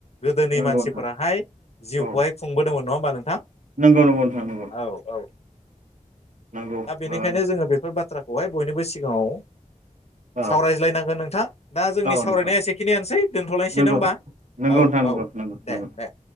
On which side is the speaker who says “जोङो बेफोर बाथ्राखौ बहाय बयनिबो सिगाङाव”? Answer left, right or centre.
Left